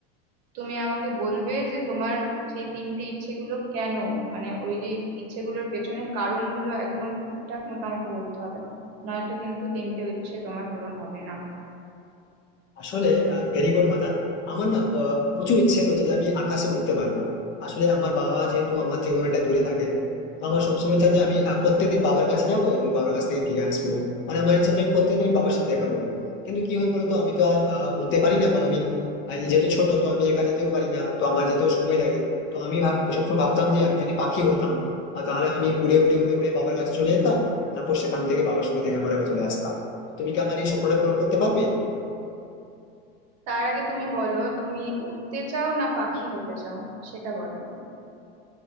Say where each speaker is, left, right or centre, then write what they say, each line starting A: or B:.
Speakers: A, on the right; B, on the left.
A: তুমি আমাকে বলবে যে তোমার সেই তিনটে ইচ্ছেগুলো কেন মানে ওই যে ইচ্ছেগুলোর পেছনে কারণগুলো একদম ঠিকঠাক মতো আমাকে বলতে হবে নয়তো কিন্তু তিনটে ইচ্ছে তোমার পূরণ হবে না
B: আসলে ভেরি গুড মাদার আমার না আহ, প্রচুর ইচ্ছে রয়েছে যে আমি আকাশে উঠতে পারবো আসলে আমার বাবা যেহেতু আমার থেকে অনেকটা দূরে থাকে তো আমার সবসময় ইচ্ছা যে আমি আহ, প্রত্যেকদিন বাবার কাছে যাবো এবং বাবার কাছ থেকে ফিরে আসবো মানে আমার ইচ্ছা যে আমি প্রত্যেকদিন আমি বাবার সাথে দেখা করবো কিন্তু কি হয় বলতো আমি তো আর আহ, উঠতে পারি না বা আমি আহ, যেহেতু ছোট তো আমি একা যেতেও পারি না তো আমার যেতেও সময় লাগে তো আমি ভাব- সবসময় ভাবতাম যে আমি যদি পাখি হতাম আহ, তাহলে আমি উড়ে উড়ে উড়ে উড়ে বাবার কাছে চলে যেতাম তারপর সেখান থেকে বাবার সঙ্গে দেখা করে আবার চলে আসতাম তুমি কি আমার এই স্বপ্নটা পূরণ করতে পারবে
A: তার আগে তুমি বলো তুমি উড়তে চাও না পাখি হতে চাও সেটা বলো